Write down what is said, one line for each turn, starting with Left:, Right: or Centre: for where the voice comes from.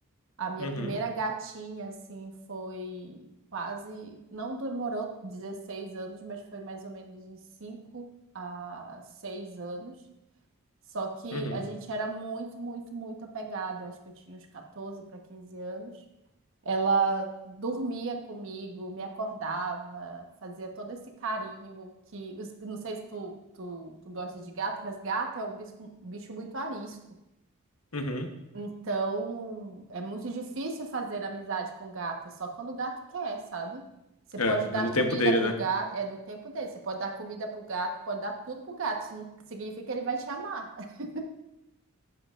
Right: A minha
Left: Uhum,
Right: primeira gatinha, assim, foi quase, não demorou 16 anos, mas foi mais ou menos uns 5 a 6 anos. Só que
Left: uhum,
Right: a gente era muito, muito, muito apegado. Eu acho que eu tinha uns 14 para 15 anos. Ela dormia comigo, me acordava, fazia todo esse carinho que os- não sei se tu, tu, tu gosta de gato, mas gato é um bicho, bicho muito arisco.
Left: uhum.
Right: Então, é muito difícil fazer amizade com gato, é só quando o gato quer, sabe? Você pode
Left: É,
Right: dar
Left: é no
Right: comida
Left: tempo dele,
Right: pro
Left: né?
Right: gato, é do tempo dele. Você pode dar comida pro gato, pode dar tudo pro gato. Isso não significa que ele vai te amar. <laughs>